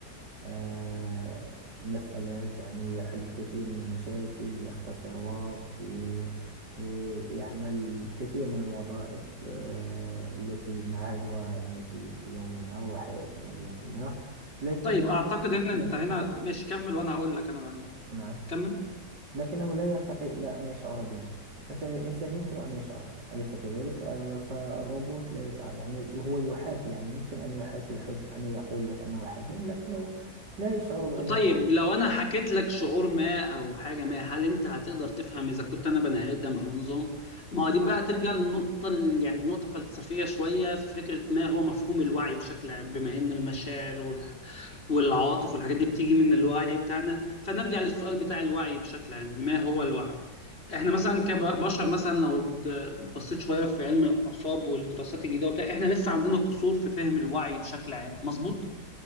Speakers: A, on the right; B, on the left.
A: آه، المسألات يعني يحل الكثير من المشاكل يختصر وقت إيه، يعمل الكثير من الوظائف آه، التي نعهدها يعني في في يومنا وحياتنا اليومية لكنه
B: طيب اعتقد احنا
A: لكنه
B: انتهينا ماشي كمل وانا هقول لك انا بعدين
A: نعم
B: كمل
A: لكنه لا يرتقي إلى أن يشعر بنا مثلا الإنسان يمكن أن يشعر أليس كذلك؟ آه، فالروبوت لا يشعر يعني هو يحاكي يعني يمكن أن يحاكي الحزن أن يقول لك أنه حزين لكنه لا يشعر بأنه
B: طيب
A: حزين
B: لو انا حكيت لك شعور ما او حاجه ما هل انت هتقدر تفهم اذا كنت انا بني ادم او نظام ما هو دي بقى ترجع للنقطه ال- يعني نقطه فلسفيه شويه في فكره ما هو مفهوم الوعي بشكل عام بما ان المشاعر والح... والعواطف والحاجات دي بتيجي من الوعي بتاعنا فنرجع للسؤال بتاع الوعي بشكل عام ما هو الوعي احنا مثلا كبشر مثلا لو د- بصيت شويه في علم الاعصاب والدراسات الجديده وبتاع احنا لسه عندنا قصور في فهم الوعي بشكل عام مظبوط